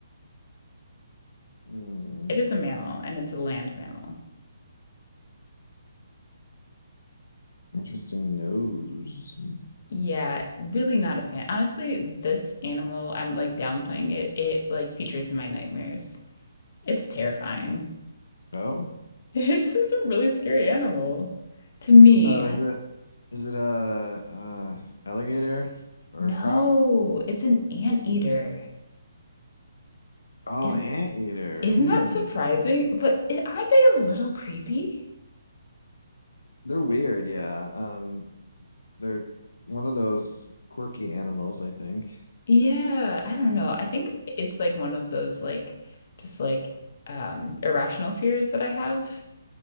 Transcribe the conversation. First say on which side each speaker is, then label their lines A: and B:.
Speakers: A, on the left; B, on the left.
A: Mm,
B: It is a mammal and it's a land mammal.
A: interesting nose.
B: Yeah, really not a fan. Honestly, this animal, I'm like downplaying it. It like features in my nightmares. It's terrifying.
A: Oh,
B: <laughs> It's it's a really scary animal to me.
A: oh,
B: I-
A: is it? Is it a, uh alligator or
B: no,
A: a croc?
B: it's an anteater.
A: Oh,
B: Isn't
A: anteater.
B: isn't
A: Mm.
B: that surprising? But i- aren't they a little creepy?
A: They're weird, yeah. Um, they're one of those quirky animals, I think.
B: Yeah, I don't know. I think it's like one of those like just like um irrational fears that I have.